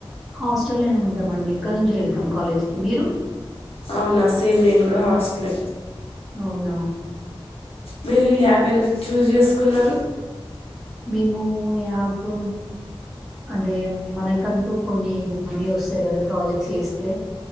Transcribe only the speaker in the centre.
హాస్టల్లోనే ఉంటాం అండి. ఇక్కడ్ నుంచే వెళ్తాం. కాలేజ్కి మీరు
అవున
మేము ము యాపు అంటే మనకంటూ కొన్ని మనీ వస్తాయి కదా ప్రాజెక్ట్స్ చేస్తే.